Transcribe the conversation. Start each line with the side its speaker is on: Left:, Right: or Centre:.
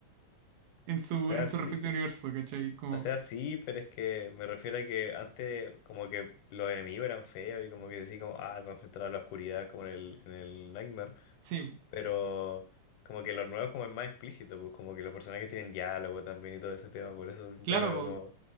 Right: en su
Left: sea,
Right: en su
Left: sí,
Right: respecto universo, ¿cachai? Como
Left: o sea, sí, pero es que me refiero a que antes como que los enemigos eran feos y como que decís como, ah, voy a enfrentar a la oscuridad como en el, en el Nightmare.
Right: sí,
Left: Pero como que los nuevos como es más explícito, pues como que los personajes tienen diálogo también y todo ese tema, por eso siento
Right: claro,
Left: que como,